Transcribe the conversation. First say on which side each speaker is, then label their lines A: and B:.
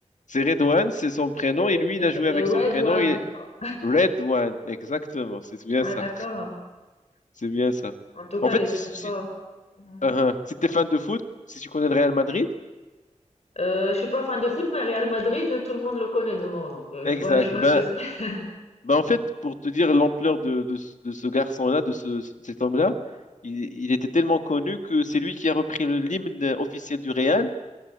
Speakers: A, on the left; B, on the left.
A: C'est Redouane, c'est son prénom,
B: Heu,
A: et lui,
B: mais
A: il a joué
B: c'était
A: avec
B: Red
A: son prénom,
B: One,
A: il est
B: genre.
A: Redouane, exactement, c'est bien
B: Ah
A: ça,
B: d'accord.
A: c'est bien ça.
B: En tout cas,
A: En fait,
B: il est
A: si,
B: très
A: si,
B: fort Mmh.
A: euh, si t'es fan de foot, si tu connais le Real Madrid,
B: Heu, je suis pas fan de foot, mais Real Madrid, tout le monde le connaît de nom, donc heu,
A: exact,
B: je vois je vois
A: ben,
B: ce que c'est. <laughs>
A: ben en fait, pour te dire l'ampleur de, de, ce de ce garçon-là, de ce, cet homme-là, il, il était tellement connu que c'est lui qui a repris le- l'hymne officiel du Real,